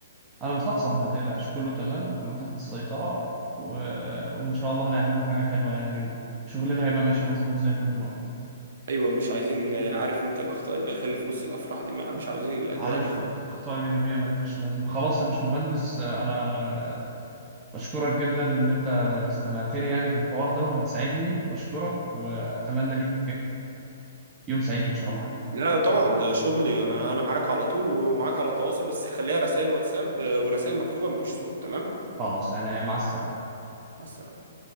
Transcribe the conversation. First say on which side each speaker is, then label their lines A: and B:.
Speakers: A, on the right; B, on the right.
A: انا مصحصح ما تقلقش كله تمام كله تحت السيطرة و... وان شاء الله هنعمل له حاجة حلوة يعني وشغلنا هيبقى ماشي مظبوط زي كل مرة
B: ايوه مش عايزين عارف انت الاخطاء اللي بيخلي في نص الافراح دي ما مش عاوزين الاجواء
A: عارفها
B: دي خالص
A: أخطاء جانبية ملهاش لازمة خلاص يا باشمهندس أنا بشكرك جدا إن أنت استمعتني يعني في الحوار ده وهتساعدني بشكرك وأتمنى ليك يوم سعيد إن شاء الله حبيبي
B: لا طبعا ده شغلي انا انا معاك على طول ومعاك على تواصل بس خليها رسائل واتساب ورسائل مكتوبه مش صوت تمام
A: خلاص أنا مع السلامة
B: مع السلامة.